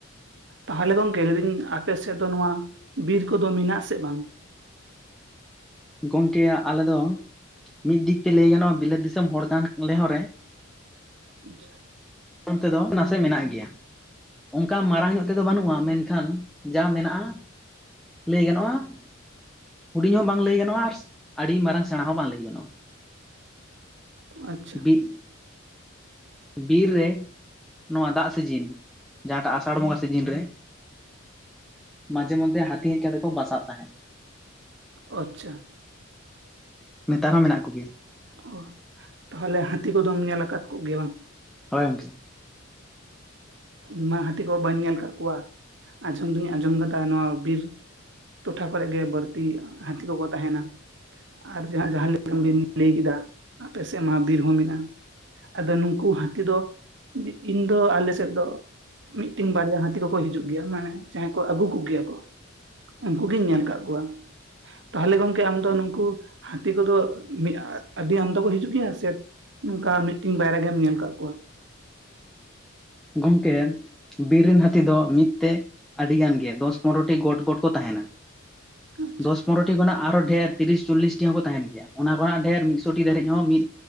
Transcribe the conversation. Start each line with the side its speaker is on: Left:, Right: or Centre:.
Right: ᱛᱟᱦᱚᱞᱮ ᱜᱚᱝᱠᱮ ᱞᱟᱹᱭ ᱫᱟᱹᱧ ᱟᱯᱮ ᱥᱮᱫ ᱫᱚ ᱱᱚᱣᱟ ᱵᱤᱨ ᱠᱚᱫᱚ ᱢᱮᱱᱟᱜ ᱟᱥᱮ ᱵᱟᱝ?
Centre: ᱜᱚᱢᱠᱮ ᱟᱞᱮ ᱫᱚ ᱢᱤᱫ ᱫᱤᱠ ᱛᱮ ᱞᱟᱹᱭ ᱜᱟᱱᱚᱜᱼᱟ ᱵᱤᱞᱟᱹᱛ ᱫᱤᱥᱚᱢ ᱦᱚᱲ ᱠᱟᱱ ᱞᱮᱦᱚᱨᱮᱼᱼ
Right: ᱟᱪᱪᱷᱟ ᱾
Centre: ᱚᱱᱛᱮ ᱫᱚ ᱱᱟᱥᱮ ᱢᱮᱱᱟᱜ ᱜᱮᱭᱟ ᱾ ᱚᱱᱠᱟ ᱢᱟᱨᱟᱝ ᱧᱚᱜ ᱛᱮᱫᱚ ᱵᱟᱹᱱᱩᱜᱼᱟ, ᱢᱮᱱᱠᱷᱟᱱ ᱡᱟ ᱢᱮᱱᱟᱜᱼᱟᱼᱼ ᱞᱟᱹᱭ ᱜᱟᱱᱚᱜᱼᱟᱼᱼ ᱦᱩᱰᱤᱧ ᱦᱚᱸ ᱵᱟᱝ ᱞᱟᱹᱭ ᱜᱟᱱᱚᱜᱼᱟ ᱟᱨ ᱟᱹᱰᱤ ᱢᱟᱨᱟᱝ ᱥᱮᱬᱟ ᱦᱚᱸ ᱵᱟᱝ ᱞᱟᱹᱭ ᱜᱟᱱᱚᱜᱼᱟ ᱾
Right: ᱟᱪᱪᱷᱟ
Centre: ᱵᱤᱜ ᱵᱤᱨ ᱨᱮ ᱱᱚᱣᱟ ᱫᱟᱜ ᱥᱤᱡᱤᱱᱼᱼ ᱡᱟᱦᱟᱸ ᱴᱟᱜ ᱟᱥᱟᱲ ᱵᱚᱸᱜᱟ ᱥᱤᱡᱤᱱ ᱨᱮ, ᱢᱟᱡᱷᱮ ᱢᱚᱫᱽᱫᱷᱮ ᱦᱟᱹᱛᱤ ᱦᱮᱡ ᱠᱟᱛᱮ ᱠᱚ ᱵᱟᱥᱟᱜ ᱛᱟᱦᱮᱸᱫ ᱾
Right: ᱟᱪᱪᱷᱟ ᱾
Centre: ᱱᱮᱛᱟᱨ ᱦᱚᱸ ᱢᱮᱱᱟᱜ ᱠᱚᱜᱮᱭᱟ ᱾
Right: ᱚ ᱛᱟᱦᱚᱞᱮ ᱦᱟᱹᱛᱤ ᱠᱚᱫᱚᱢ ᱧᱮᱞ ᱟᱠᱟᱫ ᱠᱚᱜᱮᱭᱟ ᱵᱟᱝ?
Centre: ᱦᱚᱭ ᱜᱚᱝᱠᱮ ᱾
Right: ᱤᱧᱢᱟ ᱦᱟᱹᱛᱤ ᱠᱚ ᱵᱟᱹᱧ ᱧᱮᱞ ᱟᱠᱟᱫ ᱠᱚᱣᱟ, ᱟᱸᱡᱚᱢ ᱫᱩᱧ ᱟᱸᱡᱚᱢ ᱟᱠᱟᱫᱟ ᱱᱚᱣᱟ ᱵᱤᱨᱼᱼ ᱴᱚᱴᱷᱟ ᱠᱚᱨᱮᱜ ᱜᱮ ᱵᱟᱹᱲᱛᱤ ᱦᱟᱹᱛᱤ ᱠᱚᱠᱚ ᱛᱟᱦᱮᱱᱟ ᱾ ᱟᱨ ᱡᱟᱦᱟᱸ ᱡᱟᱦᱟᱸ ᱮᱠᱟ ᱵᱤᱱ ᱞᱟᱹᱭ ᱠᱮᱫᱟ, ᱟᱯᱮ ᱥᱮᱫᱢᱟ ᱵᱤᱨ ᱦᱚᱸ ᱢᱮᱱᱟᱜᱼᱟ ᱾ ᱟᱫᱚ ᱱᱩᱠᱩ ᱦᱟᱹᱛᱤ ᱫᱚ ᱤᱧ ᱫᱚ ᱟᱞᱮ ᱥᱮᱫ ᱫᱚᱼᱼ ᱢᱤᱫᱴᱮᱱ ᱵᱟᱨᱭᱟ ᱦᱟᱹᱛᱤ ᱠᱚᱠᱚ ᱦᱤᱡᱩᱜ ᱜᱮᱭᱟ, ᱢᱟᱱᱮ ᱡᱟᱦᱟᱸᱭ ᱠᱚ ᱟᱹᱜᱩ ᱠᱚᱜᱮᱭᱟ ᱠᱚ ᱾ ᱩᱱᱠᱩ ᱫᱩᱧ ᱧᱮᱞ ᱟᱠᱟᱫ ᱠᱚᱣᱟ ᱾ ᱛᱟᱦᱚᱞᱮ ᱜᱚᱝᱠᱮ ᱟᱢᱫᱚ ᱱᱩᱠᱩ ᱦᱟᱹᱛᱤ ᱠᱚᱫᱚ ᱟᱹᱰᱤ ᱟᱢᱫᱟ ᱠᱚ ᱦᱤᱡᱩᱜ ᱜᱮᱭᱟ ᱥᱮᱼᱼ ᱱᱚᱝᱠᱟ ᱢᱤᱫᱴᱮᱱ ᱵᱟᱭᱨᱮ ᱜᱮᱢ ᱧᱮᱞ ᱟᱠᱟᱫ ᱠᱚᱣᱟ ᱾
Centre: ᱜᱚᱢᱠᱮ ᱾ ᱵᱤᱨ ᱨᱮᱱ ᱦᱟᱹᱛᱤ ᱫᱚ ᱢᱤᱫᱛᱮ ᱟᱹᱰᱤᱜᱟᱱ ᱜᱮ ᱫᱚᱥ ᱯᱚᱱᱨᱚᱴᱤ ᱜᱚᱴ ᱜᱚᱴ ᱠᱚ ᱛᱟᱦᱮᱱᱟ ᱾
Right: ᱟᱪᱪᱷᱟ
Centre: ᱫᱚᱥ ᱯᱚᱱᱨᱚᱴᱤ ᱠᱷᱚᱱᱟᱜᱼᱼ ᱟᱨᱦᱚ ᱰᱷᱮᱨ ᱛᱤᱨᱤᱥ ᱪᱳᱞᱞᱤᱥᱴᱤ ᱦᱚᱸᱠᱚ ᱛᱟᱦᱮᱱ ᱜᱮᱭᱟ, ᱚᱱᱟ ᱠᱷᱚᱟᱜ ᱰᱷᱮᱨ ᱢᱤᱫᱥᱚ ᱴᱤ ᱫᱷᱟᱹᱨᱤᱡ ᱦᱚᱸ ᱢᱤᱫᱼᱼ